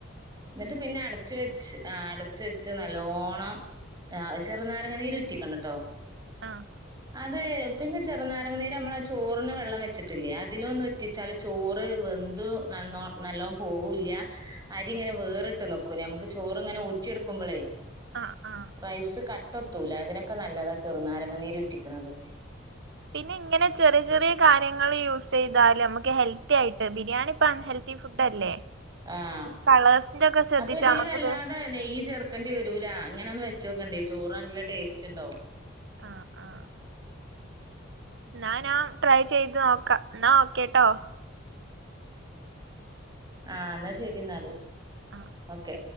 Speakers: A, on the right (about 20°); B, on the right (about 60°).
A: ന്നട്ട് പിന്നെ അടച്ച് വെ ആ അടച്ച് വെച്ച് നല്ലോണം ആ ചെറ്നാരങ്ങ നീര് ഉറ്റിക്കണ ട്ടോ
B: ആഹാ
A: അത് പിന്നെ ചെറുനാരങ്ങ നീര് നമ്മെളാ ചോറിന് വെള്ളം വെച്ചിട്ടില്ലേ അതിലൊന്നു ഉ റ്റിച്ചാല് ചോറ് വെന്ത് നല്ലോ നല്ലോം പോവൂല്ല്യാ അരി ഇങ്ങനെ വേറ്ട്ട് നിക്കും നമുക്ക് ചോറ്ങ്ങെനെ ഊറ്റിയെടുക്കുമ്പളേ
B: ആഹ് ആഹ്
A: റൈസ് കട്ടത്തൂല അതിനൊക്കെ നല്ലതാ ചെറ്നാരങ്ങ നീര് ഉറ്റിക്ക്ണത്
B: പിന്നെയിങ്ങെനെ ചെറിയ ചെറിയ കാര്യങ്ങള് യൂസെയ്താല് നമ്മക്ക് ഹെൽത്തിയായിട്ട് ബിരിയാണിപ്പം അൺഹെൽ ൽത്തി ഫുഡല്ലേ
A: ആഹ്
B: ഈ കളേഴ്സിന്റൊക്കെ ശ്രദ്ധിച്ചാ
A: അപ്പൊ ഇതില്
B: നമുക്കത്
A: വല്ലാതെ നെയ്യ് ചേർക്കണ്ടി വെരൂല ഇങ്ങെനൊന്ന് വെച്ചോക്കെണ്ടി ചോറ് നല്ല ടേസ്റ്റ്ണ്ടാവും
B: ആഹ് ആഹ് ന്നാ ഞാ ട്രൈ ചെയ്ത് നോക്കാ ഇന്നാ ഓക്കേട്ടോ
A: ആഹ് ന്നാ ശെരിന്നാല്
B: ആഹ്
A: ഓക്കെ